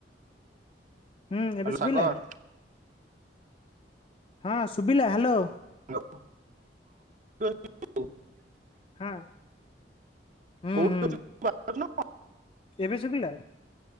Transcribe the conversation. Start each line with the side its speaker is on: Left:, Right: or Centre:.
Left: ହୁଁ ଏବେ
Right: ହ୍ୟାଲୋ
Left: ଶୁଭିଲା
Right: ସାଗର
Left: ହଁ ଶୁଭିଲା ହାଲୋ।
Right: ହଲୋ ହଁ <unintelligible> <unintelligible>
Left: ହଁ। ହୁଁ
Right: କୋଉଠି
Left: ହୁଁ
Right: ଅଛି? <unintelligible>
Left: ଏବେ ଶୁବିଲା